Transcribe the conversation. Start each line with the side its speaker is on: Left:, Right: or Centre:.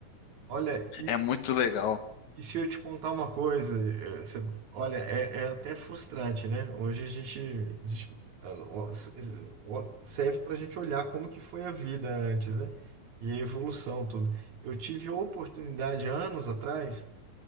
Right: Olha,
Left: É muito legal.
Right: E se eu te contar uma coisa, eh, você- olha, é, é até frustrante, né? Hoje a gente, a gente, ah, ó, s- s- ó, serve para a gente olhar como que foi a vida antes, né? E a evolução, tudo. Eu tive a oportunidade, anos atrás,